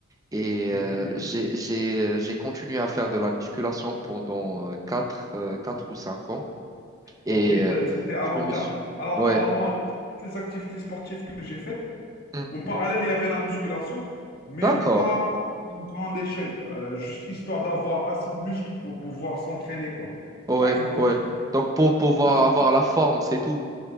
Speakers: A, on the right; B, on the left.
A: Et
B: Ok.
A: euh, j'ai, j'ai, euh, j'ai continué à faire de la musculation pendant
B: Mhm.
A: euh, quatre ou cinq ans. Et
B: Ah, Ok,
A: euh,
B: t'as- c'était à long
A: je me
B: terme.
A: suis...
B: Alors,
A: Ouais.
B: alors moi, toutes les activités sportives que j'ai faites,
A: Hmm.
B: En parallèle, il y avait la musculation, mais
A: D'accord.
B: pas à une grande échelle, euh, juste histoire d'avoir assez de muscles pour pouvoir s'entraîner, quoi.
A: Ouais,
B: Par exemple, quand
A: ouais.
B: tu, fais quand
A: Donc
B: tu
A: pour
B: fais du
A: pouvoir
B: tennis,
A: avoir la forme, c'est tout.